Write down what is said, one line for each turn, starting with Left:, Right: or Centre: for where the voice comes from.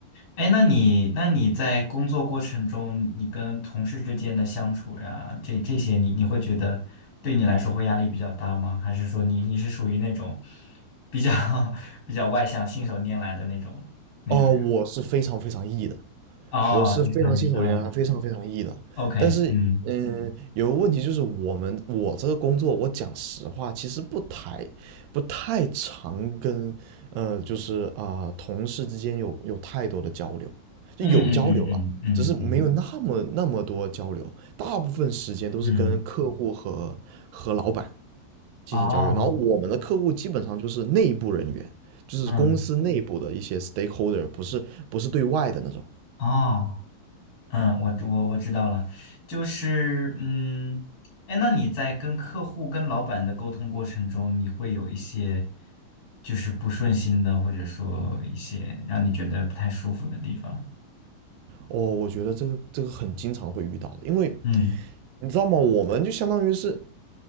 Left: 哎，那你那你在工作过程中，你跟同事之间的相处呀，这这些你，你会觉得对你来说会压力比较大吗？还是说你你是属于那种比较 <laughs> 比较外向、信手拈来的那种那种人？
Right: 哦，我是非常非常 E 的，
Left: 哦，
Right: 我是非常信手拈来，
Left: 你想你嗯
Right: 非常非常 E 的。
Left: ，OK，
Right: 但是，
Left: 嗯
Right: 嗯，有个问题就是我们我这个工作，我讲实话，其实不太不太常跟呃，就是啊、同事之间有有太多的交流，就有交流了，
Left: 嗯嗯嗯嗯嗯
Right: 只是没有嗯那么那么多交流。大部分时间都是跟客户和和老板
Left: 嗯嗯，
Right: 进行交流，
Left: 哦，
Right: 然后我们的客户基本上就是内部人员，就是公司内部的一些
Left: 嗯
Right: stakeholder，不是不是对外的那种。
Left: 哦。嗯，我我我知道了，就是嗯，哎，那你在跟客户、跟老板的沟通过程中，你会有一些就是不顺心的，或者说一些让你觉得不太舒服的地方？
Right: 哦，我觉得这个这个很经常会遇到的，因为
Left: 嗯
Right: 你知道吗？我们就相当于是